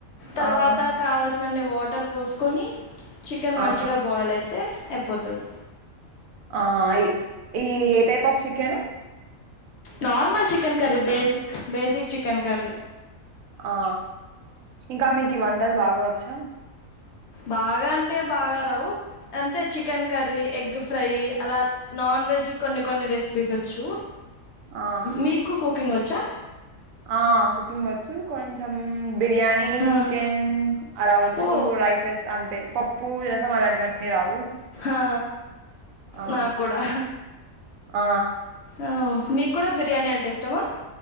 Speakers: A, on the left (about 65°); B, on the right (about 75°).
A: తర్వాత
B: ఆ
A: కావాల్సిన ననీ వాటర్ పోసుకొని చికెన్
B: ఆ
A: మంచిగా బాయిల్ అయితే అయిపోతది
B: ఆ ఈ ఏ type of sick కేను
A: normal chicken curry basic basic chicken curry
B: ఆ ఇంకా మీకి వంటర్ బాగావచ్చా
A: బాగా అంటే బాగా రావు అంతే చికెన్ కర్రీ ఎగ్ ఫ్రై అలా నాన్ వెజ్ కొన్ని కొన్ని రెసిపీస్ వచ్చు
B: ఆ
A: మీకు కు కుుకింగ్ వచ్చా
B: ఆ కుకింగ్ వచ్చు కొంచెం బిర్యానీ
A: హా.
B: చికెన్ అలావచ్చు
A: ఓ
B: రైసెస్ అంత అే పప్పు రసం అలాంటివన్నీ రావు
A: ఆ
B: ఆ
A: నాకు కూడా
B: ఆ
A: ఆ మీకు కూడా బిర్యానీ అంటే ఇష్టమా